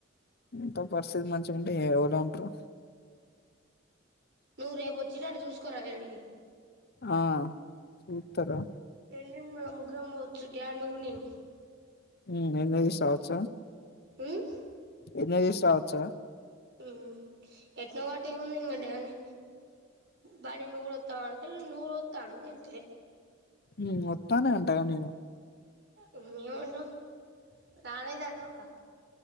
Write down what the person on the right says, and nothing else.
నువ్వు రేపు వచ్చేటట్టు చూసుకోరా ఈ డికి
ఎల్లుండి మనం ముగ్గురం పోవచ్చు డ్యాడ్ నువ్వు నేను
ఉమ్
ఉహుం ఎట్నో గట్ట ఏముంది డాడ్ ని బన్నీ నువ్వు కూడా వత్తావంటే నువ్వు కూడా అత్తను గంతే
ఉమ్ ఏమంటావ్ రానాయితే అనవుగా